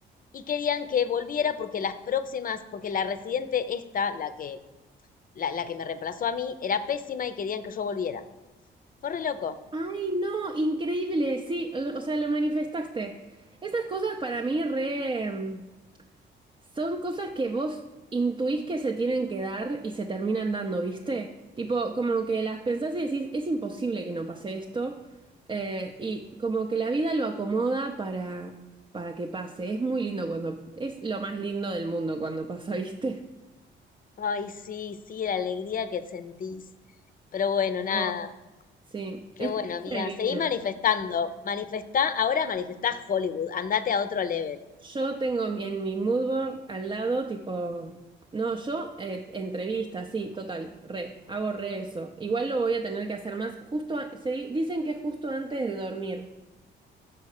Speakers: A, on the left; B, on the right.
A: y querían que volviera porque las próximas, porque la residente esta, la que, la, la que me reemplazó a mí, era pésima y querían que yo volviera. Fue re loco.
B: Ay, no, increíble, sí, lo- o sea, lo manifestaste. Esas cosas para mí re mm, son cosas que vos intuís que se tienen que dar y se terminan dando, ¿viste? Tipo, como que las pensás y decís, es imposible que no pase esto. eh, y como que la vida lo acomoda para, para que pase. Es muy lindo cuando, es lo más lindo del mundo cuando pasa, <laughs> ¿viste?
A: Ay, sí, sí, la alegría que sentís. Pero bueno, nada.
B: Oh, sí,
A: Qué
B: es
A: bueno,
B: justicia
A: amiga.
B: divina.
A: Seguí manifestando. Manifestá, ahora manifestá Hollywood. Andate a otro level.
B: Yo tengo mi- en mi mood board al lado, tipo, no, yo eh, entrevista, sí, total, re, hago re eso. Igual lo voy a tener que hacer más, justo, a- se di- dicen que es justo antes de dormir.